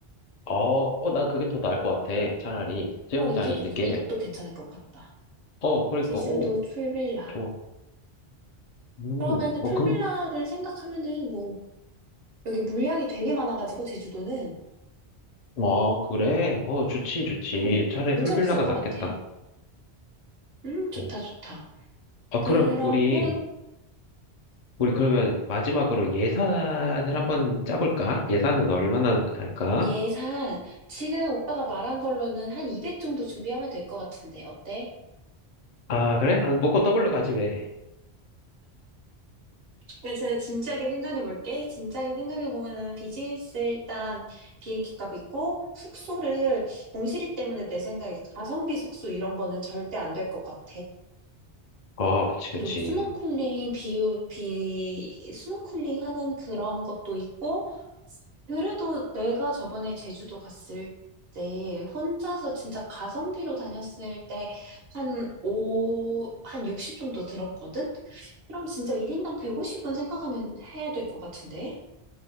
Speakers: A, on the left; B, on the right.
A: 어, 어, 난 그게 더 나을 것 같아. 차라리 수영장이
B: 어, 이게 또-
A: 있는 게.
B: 이것도 괜찮을 것 같다.
A: 어, 그러니까,
B: 제주도
A: 오,
B: 풀빌라.
A: 좋아. 음,
B: 그러면은
A: 어,
B: 풀빌라를
A: 근,
B: 생각하면은 뭐 여기 물량이 되게 많아가지고 제주도는
A: 뭐, 그래? 어, 좋지, 좋지.
B: 응,
A: 차라리
B: 문제
A: 풀빌라가
B: 없을 것
A: 낫겠다.
B: 같아. 음, 좋다,
A: 어,
B: 좋다.
A: 어,
B: 그러고
A: 그럼 우리, 우리 그러면 마지막으로 예산을 한번 짜볼까? 예산은 얼마나 할까?
B: 예산 지금 오빠가 말한 걸로는 한 200 정도 준비하면 될 것 같은데 어때?
A: 아, 그래? 아, 먹고 더블로 가지, 왜?
B: 나 진짜 진지하게 생각해 볼게. 진지하게 생각해 보면은 비즈니스 일단 비행기 값 있고 숙소를 몽실이 때문에 내 생각에 가성비 숙소 이런 거는 절대 안 될 것 같아.
A: 어, 그치, 그치.
B: 그리고 스노클링 비유 비 스노클링 하는 그런 것도 있고 그래도 내가 저번에 제주도 갔을 때 혼자서 진짜 가성비로 다녔을 때 한 오한60 정도 들었거든? 그럼 진짜 1인당 150은 생각하면 해야 될 것 같은데?